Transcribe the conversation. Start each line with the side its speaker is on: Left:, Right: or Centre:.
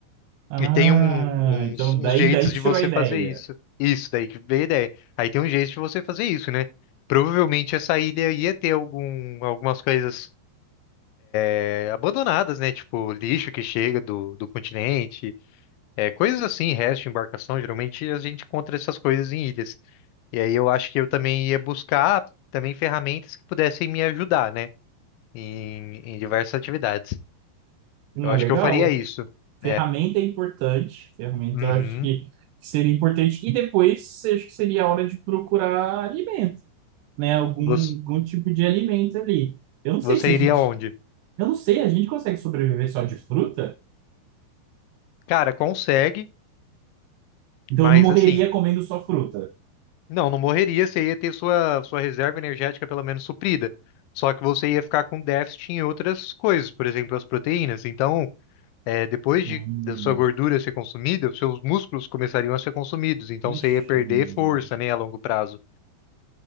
Right: Ah,
Left: E tem um- uns,
Right: então
Left: uns
Right: daí,
Left: jeitos
Right: daí que
Left: de
Right: tirou
Left: você
Right: a ideia.
Left: fazer isso. Isso daí, que veio a ideia. Aí tem um jeito de você fazer isso, né? Provavelmente essa ilha ia ter algum, algumas coisas é, abandonadas, né? Tipo, lixo que chega do, do continente, é, coisas assim, resto de embarcação. Geralmente a gente encontra essas coisas em ilhas. E aí eu acho que eu também ia buscar também ferramentas que pudessem me ajudar, né? em, em diversas atividades.
Right: Não
Left: Eu acho
Right: é legal?
Left: que eu faria isso.
Right: Ferramenta
Left: É.
Right: é importante. Ferramenta
Left: Uhum.
Right: eu acho que seria importante. E depois acho que seria a hora de procurar alimento, né? Algum,
Left: Você,
Right: algum tipo de alimento ali. Eu não
Left: você
Right: sei se a
Left: iria
Right: gente.
Left: onde?
Right: Eu não sei, a gente consegue sobreviver só de fruta?
Left: Cara, consegue,
Right: Então
Left: mas
Right: eu não morreria
Left: assim,
Right: comendo só fruta.
Left: não, não morreria, você ia ter sua, sua reserva energética pelo menos suprida. Só que você ia ficar com déficit em outras coisas, por exemplo, as proteínas. Então, é, depois de,
Right: Hum,
Left: da sua gordura ser consumida, os seus músculos começariam a ser consumidos. Então, você
Right: ixi,
Left: ia perder
Right: hum.
Left: força, né, a longo prazo.